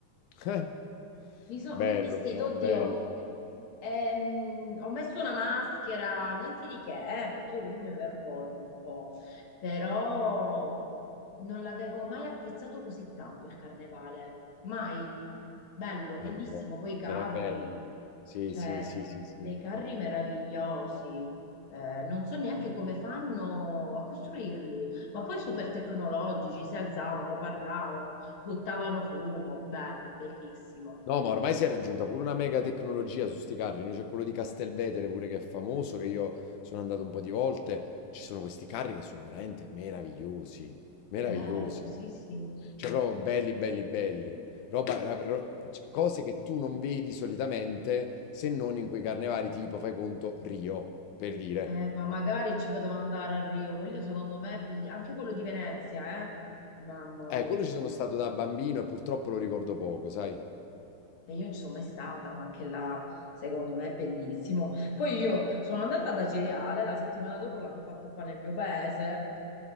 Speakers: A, on the left (about 80°); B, on the left (about 50°).
A: <laughs> Eh.
B: Mi sono
A: Bello
B: vestito,
A: però,
B: oddio,
A: bello.
B: ehm, ho messo una maschera, niente di che, eh, perché io comunque mi vergogno un po', però non l'avevo mai apprezzato così tanto il carnevale, mai. Bello, bellissimo,
A: Eh, vabbè,
B: poi i carri,
A: però è bello. eh. Sì,
B: cioè
A: sì, sì, sì, sì.
B: dei carri meravigliosi, Eh, non so neanche come fanno a costruirli, ma poi super tecnologici, si alzavano, parlavano, buttavano fumo, bello, bellissimo.
A: No, ma ormai si è raggiunta pure una mega tecnologia su sti carri. Noi c'è quello di Castelvetere pure che è famoso, che io sono andato un po' di volte. Ci sono questi carri che sono veramente meravigliosi, meravigliosi.
B: Vero, sì, sì.
A: Cioè proprio belli,
B: sì.
A: belli, belli. Roba, ra- ro- c- cose che tu non vedi solitamente se non in quei carnevali tipo, fai conto, Rio, per dire.
B: Eh, ma magari ci potevo andare a Rio, quello secondo me è bellissimo, anche quello di Venezia, eh? Mamma
A: Eh,
B: mia.
A: quello ci sono stato da bambino e purtroppo lo ricordo poco, sai?
B: E io non ci sono mai stata, ma anche là secondo me è bellissimo. Poi io sono andata da Cireale, la settimana dopo l'hanno fatto qua nel mio paese,